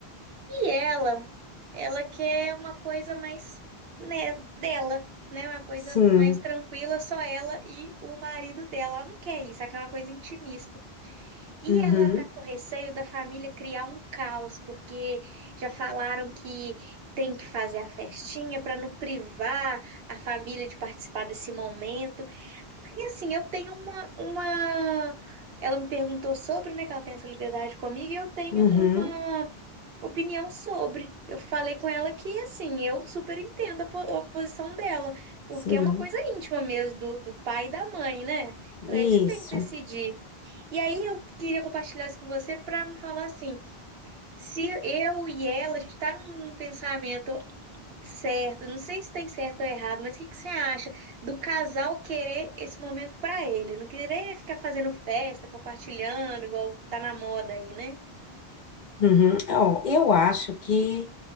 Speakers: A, on the right; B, on the left.
A: E ela, ela quer uma coisa mais, né, dela, né? Uma coisa
B: sim,
A: mais tranquila, só ela e o marido dela. Ela não quer isso, ela quer uma coisa intimista. E
B: uhum,
A: ela tá com receio da família criar um caos, porque já falaram que tem que fazer a festinha para não privar a família de participar desse momento. E assim, eu tenho uma, uma... Ela me perguntou sobre, né, que ela tem essa liberdade comigo, e eu tenho
B: uhum,
A: uma opinião sobre. Eu falei com ela que, assim, eu super entendo a, po- a posição dela, porque
B: sim,
A: é uma coisa íntima mesmo do, do pai e da mãe, né? Então,
B: isso.
A: eles que têm que decidir. E aí, eu queria compartilhar isso com você para me falar assim: se eu e ela, a gente tá num pensamento certo, não sei se tem certo ou errado, mas o que que você acha do casal querer esse momento para ele? Não querer ficar fazendo festa, compartilhando, igual tá na moda aí, né?
B: Uhum. Ó, eu acho que